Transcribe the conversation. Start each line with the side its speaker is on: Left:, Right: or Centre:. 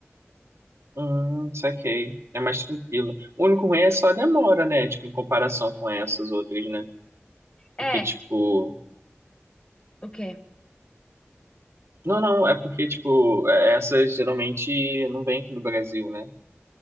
Right: Hum, saquei. É mais tranquilo. O único ruim é só a demora, né? Tipo, em comparação com essas outras, né? Porque,
Left: É,
Right: tipo.
Left: o quê?
Right: Não, não, é porque, tipo, é- essas geralmente não vêm aqui do Brasil, né?